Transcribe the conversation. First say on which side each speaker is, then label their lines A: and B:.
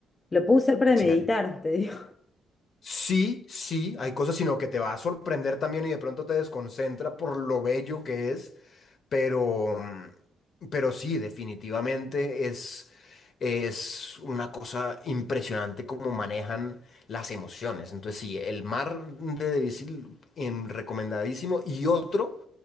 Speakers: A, on the left; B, on the left.
A: lo puedo usar para
B: sí,
A: meditar,
B: dale.
A: te digo.
B: Sí, sí, hay cosas, sino que te va a sorprender también y de pronto te desconcentra por lo bello que es, pero, mm, pero sí, definitivamente es, es una cosa impresionante cómo manejan las emociones. Entonces sí, el mar de Debussy, em, recomendadísimo, y otro,